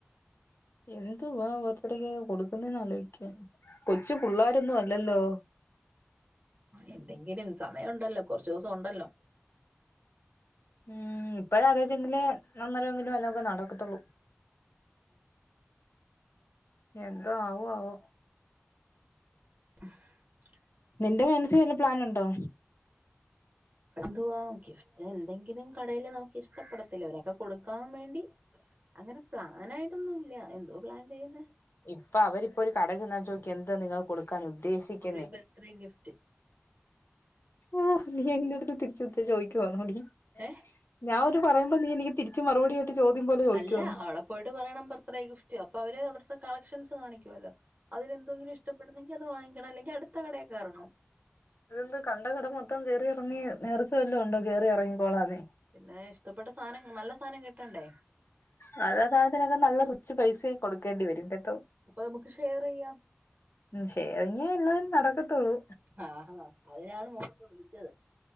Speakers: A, on the left; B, on the right.
A: എന്തുവാ ബർത്ത്ഡേക്കൊക്കെ കൊടുക്കുന്നേന്ന് ആലോചിക്ക്യാ. കൊച്ചു പിള്ളാരൊന്നും അല്ലല്ലോ.
B: എന്തെങ്കിലും സമയ ഉണ്ടല്ലോ കുറച്ച് ദിവസം ഉണ്ടല്ലോ.
A: ഉം ഇപ്പഴേ ആലോയ്ചെങ്കിലേ അന്നേരമങ്കിലും വല്ലൊ ഒക്കെ നടക്കത്തുള്ളൂ. എന്തോ ആവുവോ ആവോ
B: ഉ <unintelligible>
A: നിന്റെ മനസ്സി വല്ല പ്ലാനുണ്ടോ?
B: എന്തുവാ ഗിഫ്റ്റ് എന്തെങ്കിലും കടേല് നമുക്ക് ഇഷ്ടപ്പെടത്തില്ലയോ ഒരാക്ക് കൊടുക്കാൻ വേണ്ടി. അങ്ങനെ പ്ലാനായിട്ടൊന്നും ഇല്ല എന്തോ പ്ലാൻ ചെയ്യുന്നെ.
A: ഇപ്പൊ അവരിപ്പോ ഒരു കടേ ചെന്നാ ചോയിക്കും എന്താ നിങ്ങള് കൊടു ക്കാനുദ്ദേശിക്കുന്നേ.
B: ഒരു ബർത്ത്ഡേ ഗിഫ്റ്റ്
A: ഓഹ് നീയെൻ്റെടുത്ത് തിരിച്ച് ചോദിക്കുവാന്നോ ടി.
B: ഏഹ്
A: ഞാൻ ഒരു പറയുമ്പോ നീ എനിക്ക് തിരിച്ച് മറുപടിയായിട്ട് ചോദ്യം പോലെ ചോദിക്കുവാന്ന്.
B: അല്ല അവിടെ പോയിട്ട് പറയണം ബർത്ത്ഡേ ഗിഫ്റ്റ്, അപ്പൊ അവര് അവിടുത്തെ കളക്ഷൻസ് സ് കാണിക്കുവല്ലോ. അതിലെന്തോങ്കിലും ഇഷ്ടപ്പെടുന്നെങ്കി അത് വാങ്ങിക്കണം അല്ലെങ്കി അടുത്ത കടേ കേറണം.
A: ഇതെന്ത് കണ്ട കടം മൊത്തം കേറിയിറങ്ങി നേർച്ച വല്ലോം ഉണ്ടോ കേറിയിറങ്ങിക്കോളാന്നെ.
B: പിന്നേ ഇഷ്ടപ്പെട്ട സാനം നല്ല സാനം കിട്ടണ്ടേ.
A: നല്ല സാനത്തിനൊക്കെ നല്ല റി ച്ച് പൈസയും കൊടുക്കേണ്ടി വരും കേട്ടോ.
B: അപ്പൊ നമുക്ക് ഷെയർ ചെയ്യാം
A: ഉം. ഷെയറിങ്ങേ എല്ലാം നടക്കത്തൊള്ളൂ.
B: ആഹാ അതിനാണ് മോളിപ്പോ വിളിച്ചത്.